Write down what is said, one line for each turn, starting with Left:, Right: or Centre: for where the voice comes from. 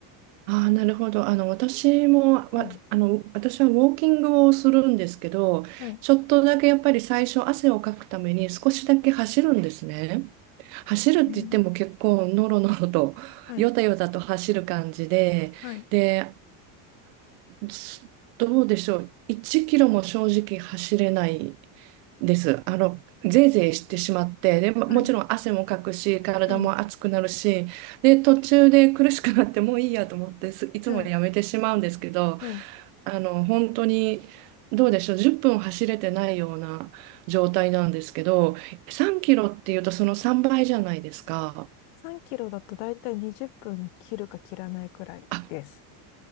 Right: ああ、なるほど。あの、私も、わ、
Left: はい、
Right: あの、私はウォーキングをするんですけど、
Left: はい、
Right: ちょっとだけやっぱり最初汗をかくために少しだけ走るんですね。走るって言っても結構ノロノロと、
Left: うんはい、
Right: ヨタヨタと走る感じで、
Left: はい、
Right: で、すどうでしょう。1キロも正直走れないです。あの、ぜいぜいしてしまって、で、ももちろん汗もかくし、
Left: はい、
Right: 体も熱くなるし、
Left: はい、
Right: で、途中で苦しくなってもういいやと思ってす、いつもやめてしまうんですけど、
Left: はい。はい。
Right: あの、本当に、どうでしょう、10分走れてないような状態なんですけど、3キロっていうとその3倍じゃないですか。
Left: 3キロだとだいたい20分切るか切らないくらいです。
Right: あ、